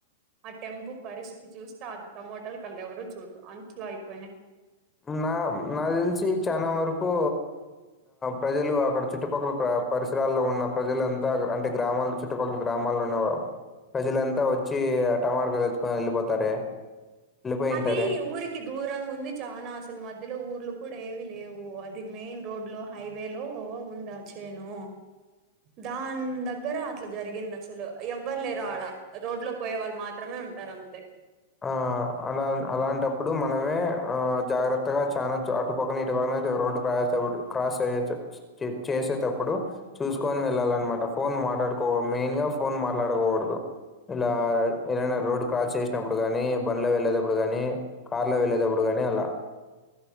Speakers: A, on the right; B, on the left.
A: ఆ టెంపో పరిస్థితి చూస్తే అది టమోటల్ కళ్ ఎవరు చూడరు అంతలా అయిపోయినాయి
B: నా నాకు తెలిసి చాలా వరకు ప్రజలు అక్కడ చుట్టుపక్కల ప్ర పరిసరాల్లో ఉన్న ప్రజలంతా అంటే గ్రామాల్లో చుట్టుపక్కల గ్రామాల్లో ఉన్న ప్రజలంతా వచ్చి టమాటా ఎత్క వెళ్ళిపోతారే వెళ్ళిపోయింటారే
A: అది ఊరికి దూరంగా ఉంది చానా అస అసలు మధ్యలో ఊర్లు కూడా ఏవి లేవు అది మెయిన్ రోడ్ లో హైవే లో ఉందా చేను దాని దగ్గర అట్లా జరిగింది అసలు ఎవ్వరు లేరు ఆడ రోడ్ లో పోయే వాళ్ళు మాత్రమే ఉంట ఉంటారంతే
B: ఆ అలా అలాంటప్పుడు మనమే ఆ జాగ్రత్తగా చానా అటు పక్కన ఇటు పక్కన రోడ్డు క్రాస్ రోడ్డు క్రాస్ చేయొచ్చు చేయొ వచ్చేటప్పుడు చూసుకొని వెళ్ళాలన్నమాట ఫోన్ మాట్లాడుకోదు మెయిన్ గా ఫోన్ మాట్లాడకూడదు ఇలా ఏదైన రోడ్ క్రాస్ చేసి ప్పుడు కాని బండ్లో వెళ్ళేటప్పుడు కానీ కార్ లో వెళ్ళేటప్పుడు కాని అలా